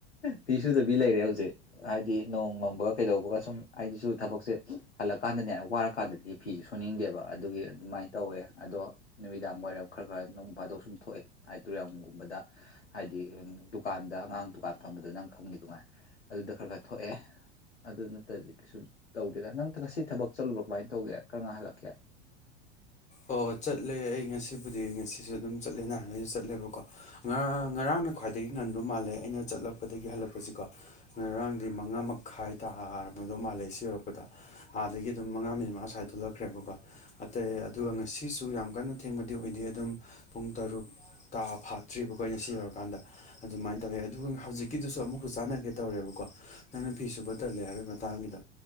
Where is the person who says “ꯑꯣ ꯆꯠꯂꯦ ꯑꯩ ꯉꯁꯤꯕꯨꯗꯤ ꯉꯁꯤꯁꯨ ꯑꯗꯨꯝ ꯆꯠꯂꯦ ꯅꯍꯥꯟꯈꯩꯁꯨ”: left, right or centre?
Left